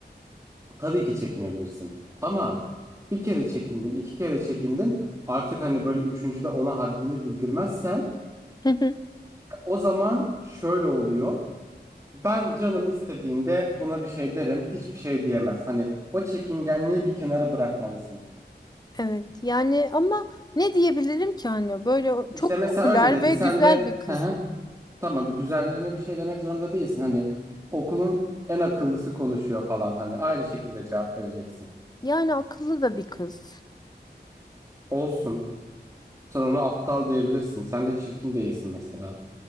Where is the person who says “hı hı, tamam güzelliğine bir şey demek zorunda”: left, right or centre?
Right